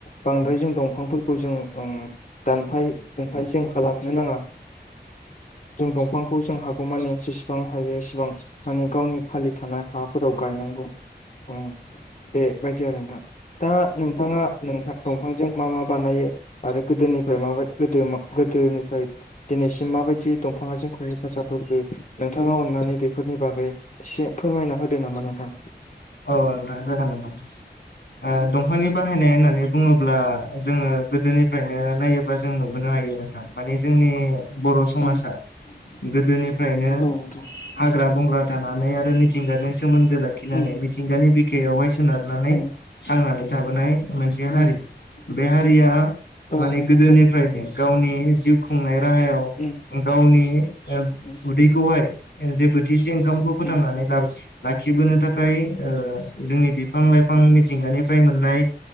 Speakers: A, on the left; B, on the left.
A: बांद्राय जों दंफांफोरखौ जों ओम दानफाय दुनफाय जों खालाम नो नाङा जों दंफांखौ जों हागौमानि जेसेबां हायो एसेबां माने गावनि खालि थानाय हा फोराव गायनांगौ उम बेबायदि आरो नोंथां दा नोंथाङा नोंथां दंफांजों मा मा बानायो आरो गोदोनिफ्राय माबाय गोदो मा गोदोनि ओमफ्राय दिनैसिम माबायदि दंफाङा जोंखौ हेफाजाब होखो नोंथाङा अननानै बेफोरनि बागै एसे फोरमायना होदो नामा नोंथां
B: औ नोंथां जागोन नोंथां ओ दंफांनि बाहायनाय होननानै बुङोब्ला जोङो गोदोनिफ्रायनो नायो बा जों नुबोनो हायो नोंथां माने जोंनि बर' समाजा
A: औ
B: गोदोनिफ्रायनो
A: नोंथां
B: हाग्रा बंग्रा थानानै आरो मिथिंगाजों सोमोन्दो लाखिनानै
A: उम
B: मिथिंगानि बिखायावहाय सोनारनानै
A: उम
B: थांनानै थाबोनाय मोनसे
A: उम
B: हारि बे हारिया
A: औ
B: माने गोदोनिफ्रायनो
A: नोंथां
B: गावनि जिउ खुंनाय राहायाव
A: उम
B: गावनि ओ
A: उम
B: उदैखौहाय जे बोथिसे दंफांखौ फोथांनानै
A: उम
B: ला लाखिबोनो थाखाय जोंनि बिफां लाइफां मिथिंगानिफ्राय मोननाय